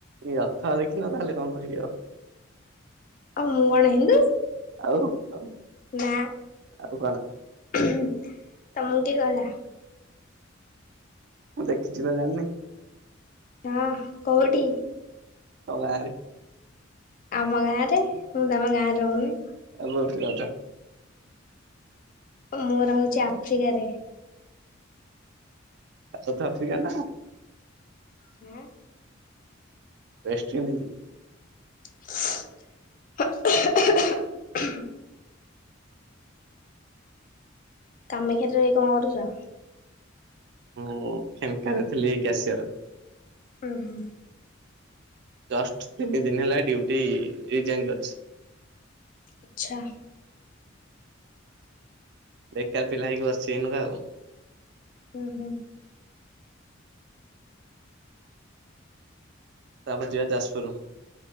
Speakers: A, on the right; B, on the left.
A: ରଥ ଦେଖିନ ତାହେଲେ କଣ କହିବି ଆଉ।
B: ଆଉ ମୁଁ କଣ ହିନ୍ଦୁ?
A: ଆଉ ହଉ
B: ନା
A: ଆଉ କଣ?
B: ତମକୁ କିଏ କହିଲା?
A: ମୁଁ ଦେଖିଛି ବା ଜାଣିନି।
B: ହଁ କୋଉଠି?
A: ତମ ଗାଁରେ।
B: ଆମ ଗାଁ ରେ ମୁଁ ତମ ଗାଁରେ ରହୁନି?
A: ଆଉ କୋଉଠି ରହିଛ?
B: ମୁଁ ରହୁଚି ଆଫ୍ରିକାରେ।
A: ସାଉଥ ଆଫ୍ରିକା ନା କଣ?
B: ହୁଁ।
A: ଏଷ୍ଟେଣ୍ଡିଜ୍।
B: <inaudible> କାମେକ୍ଷାରେ ରହି କଣ କରୁଚ?
A: ମୁଁ କ୍ଷେମକାରେ ଥିଲି ଏଇକି ଆସିବାର।
B: ଉଁ ହୁଁ।
A: ଜଷ୍ଟ ତିନିଦିନି ହେଲା ଡ୍ୟୁଟି ରିଜାଇନ୍ କରିଛି।
B: ଆଚ୍ଛା।
A: ବେକାର ପିଲା ହେଇକି ବସିଛି ଏଇନାକା ଆଉ।
B: ଉଁ ହୁଁ।
A: ତାପରେ ଯିବା ଯାସ୍ପୁର।